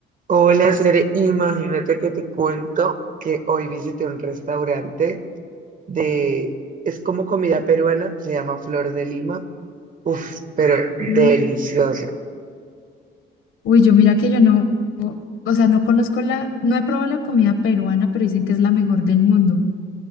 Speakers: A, on the right (about 40°); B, on the left (about 85°).
A: Hola, Cere, imagínate que te cuento que hoy visité un restaurante de, es como comida peruana, se llama Flor de Lima. Uf, pero
B: Mm.
A: delicioso.
B: Uy, yo mira que yo no, o sea, no conozco la, no he probado la comida peruana, pero dicen que es la mejor del mundo.